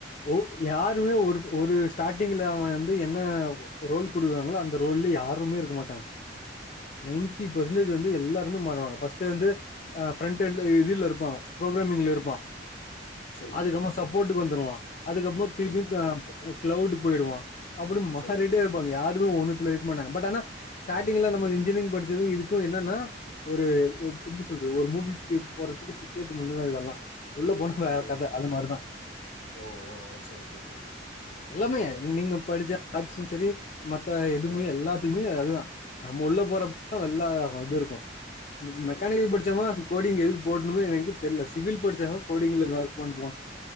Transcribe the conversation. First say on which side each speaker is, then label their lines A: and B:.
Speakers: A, on the left; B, on the left.
A: ஓ அப்டி யாருமே ஒரு ஒரு ஸ்டாட்டிங்கில அவன் வந்து என்ன ரோல் கொடுறாங்ளோ அந்த ரோல்ல யாருமே இருக்க மாட்டாங்க
B: ஓகே,
A: நைன்டி
B: ஓகே.
A: பர்சன்டேஜ் வந்து எல்லாருமே மாறுவாங்க பஸ்டு வந்து ஆ பிரண்ட் எண்ட் இதில் இருப்பா புரோக்ராமிங்ல இருப்பா
B: சரி.
A: அதுகம்ம சப்போட்டுக்கு வந் துருவா <unintelligible> அதுக்கப்மோ திருப்பியு
B: ம்.
A: <unintelligible> அ கிளவுட் போயிடுவா அப்டி மகாரெட்டியா
B: சரி.
A: இருப்பாங்க யார் ஒன்னுத்துல இருக்க மாட்டாங்க பட் ஆனா ஸ்டார்டிங்கல
B: ம்.
A: நம்ம இன்ஜீரிங் படுச் இதுவு இருக்கூ என்னன்னா ஒரு எப்டி சொல்றது ஒரு மூவிக்கு போறதுக்கு டிக்கெட் மட்டும்தான் இதெல்லா உள்ள போனா வேற
B: ம்
A: கத
B: ம்
A: அது மாரிதா
B: ஓ ஓ ஓ சேரி சேரி சேரி
A: எல்லாமே நீங்க படிச்ச ஆட்ஷும் செரி மத்த எதுமே
B: ஆ.
A: எல்லாத்துக்குமே அதுதான் நம்ம உள்ள போறப்ப வெல்லா இது இருக்கூ இந்த
B: சரி,
A: மெக்கானிக்கல்
B: சரி,
A: படிச்சோமா
B: சரி.
A: கோடிங் எதுக் போட்ணுமே எனக்கு தெர்ல சிவில் படிச்சவே கோடிங்ல ஒர்க் பண்ணுவான்